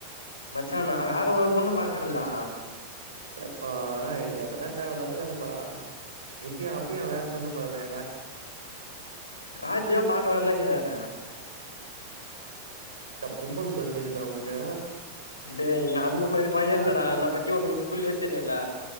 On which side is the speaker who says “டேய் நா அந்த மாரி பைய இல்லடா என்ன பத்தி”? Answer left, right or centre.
Left